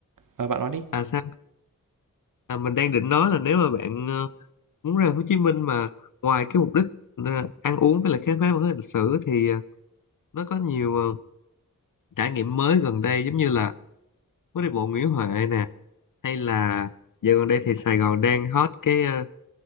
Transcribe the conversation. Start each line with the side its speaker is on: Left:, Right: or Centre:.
Right: ờ, bạn nói đi.
Left: à sao à, mình đang định nói là nếu mà bạn ờ, muốn ra Hồ Chí Minh mà ngoài cái mục đích ờ, ăn uống với lại khám phá văn hóa lịch sử thì ờ, nó có nhiều ờ, trải nghiệm mới gần đây giống như là phố đi bộ Nguyễn Huệ nè hay là dạo gần đây thì Sài Gòn đang hot cái ờ,